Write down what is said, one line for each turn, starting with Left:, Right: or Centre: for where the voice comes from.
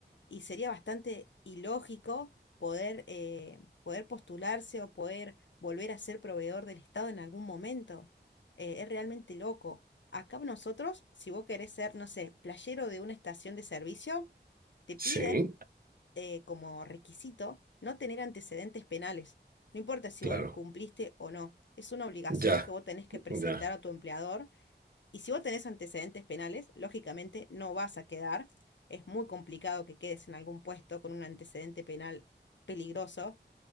Left: y sería bastante ilógico poder, eh, poder postularse o poder volver a ser proveedor del Estado en algún momento. Eh, es realmente loco. Acá nosotros, si vos querés ser, no sé, playero de una estación de servicio, te piden
Right: Sí,
Left: eh, como requisito no tener antecedentes penales. No importa si
Right: claro,
Left: vos los cumpliste o no. Es una obligación
Right: ya,
Left: que vos tenés que presentar
Right: ya.
Left: a tu empleador. Y si vos tenés antecedentes penales, lógicamente no vas a quedar. Es muy complicado que quedes en algún puesto con un antecedente penal peligroso.